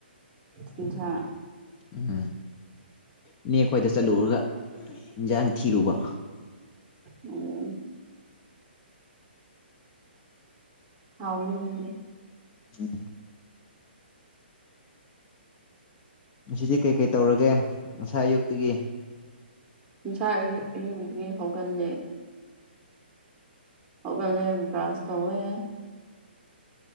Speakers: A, on the right (about 15°); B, on the left (about 25°).
A: ꯁꯟꯁꯥ
B: ꯎꯝ ꯏꯅꯦ ꯈꯣꯏꯗ ꯆꯠꯂꯨꯔꯒ ꯏꯟꯁꯥꯡ ꯊꯤꯔꯨꯕ
A: ꯎꯝ ꯍꯥꯎꯅꯤ ꯑꯗꯨꯗꯤ
B: ꯎꯝ ꯉꯁꯤꯗꯤ ꯀꯩꯀꯩ ꯇꯧꯔꯒꯦ ꯉꯁꯥꯏ ꯑꯌꯨꯛꯇꯒꯤ
A: ꯉꯁꯥꯏ ꯑꯌꯨꯛ ꯑꯌꯨꯛꯗꯒꯤ ꯍꯧꯒꯠꯂꯦ ꯍꯧꯒꯟꯂꯦ ꯕ꯭ꯔꯥꯁ ꯇꯧꯔꯦ